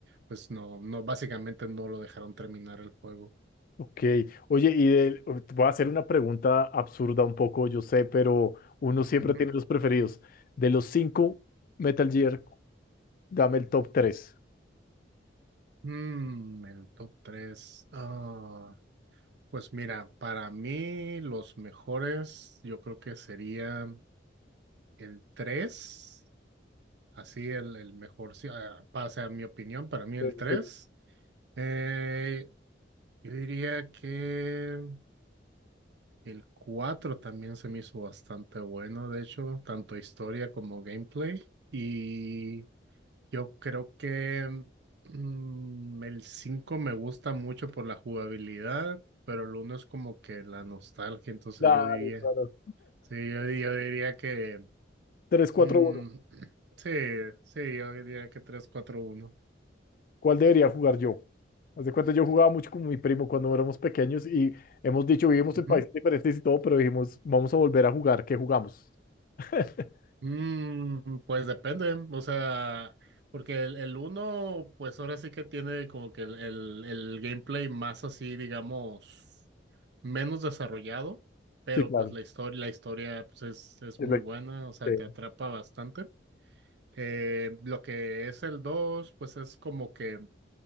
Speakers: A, on the right; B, on the left.
A: pues no, no, básicamente no lo dejaron terminar el juego.
B: Ok, oye, y del- voy a hacer una pregunta absurda un poco, yo sé, pero uno siempre
A: Ujú.
B: tiene los preferidos. De los cinco Metal Gear, dame el top tres.
A: Mm, el top tres Ah, pues mira, para mí los mejores yo creo que sería el tres Así el, el mejor, sí, ah, pa- o sea, mi opinión, para mí
B: Sí,
A: el
B: sí,
A: tres
B: sí.
A: Eh, yo diría que el 4 también se me hizo bastante bueno, de hecho, tanto historia como gameplay. Y yo creo que mm, el 5 me gusta mucho por la jugabilidad, pero el uno es como que la nostalgia, entonces
B: Claro,
A: yo diría,
B: claro.
A: sí, yo, di- yo diría que...
B: Tres, cuatro,
A: mm,
B: uno.
A: <clears throat> sí, sí, yo diría que tres cuatro uno
B: ¿Cuál debería jugar yo? Haz de cuenta, yo jugaba mucho con mi primo cuando éramos pequeños y hemos dicho, vivimos
A: Ujú.
B: en países diferentes y todo, pero dijimos, vamos a volver a jugar, ¿qué jugamos? <laughs>
A: Mm, pues depende, o sea, porque el, el uno, pues ahora sí que tiene como que el, el, el gameplay más así, digamos, menos desarrollado, pero
B: Sí, claro.
A: pues la historia, la historia pues es, es
B: Es
A: muy
B: la-
A: buena, o sea,
B: sí.
A: te atrapa bastante. Eh, lo que es el 2 pues es como que